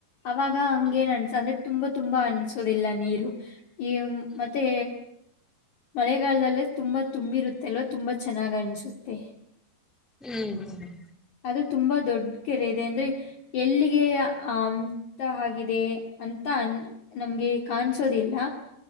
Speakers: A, on the left; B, in the centre.
A: ಅವಾಗ
B: ಹ್ಮ್
A: ಹಂಗಗೆನ್
B: ಹ
A: ಅನ್ಸಂದ ತುಂಬಾ ತುಂಬಾ ಅನಸೋದಿಲ್ಲ ನೀರು ಈ
B: ಹ್ಮ್
A: ಮತ್ತೆ ಮಳೆಗಾಲದಲ್ಲೇ ತುಂಬಾ ತುಂಬಿರುತ್ತೆಲ್ವ ತುಂಬಾ ಚೆನ್ನಾಗಿ ಅನಿಸುತ್ತೆ
B: ಹ್ಮ್ ಹ್ಮ್
A: ಅದು ತುಂಬಾ ದೊಡ್ಡ ಕೆರೆ ಇದೆ ಅಂದ್ರೆ ಎಲ್ಲಿಗೆ ಅಂತ ಆಗಿದೆ ಅಂತ ಅನ್ ನಮ್ಗೆ ಕಾಣಸೋದಿಲ್ಲ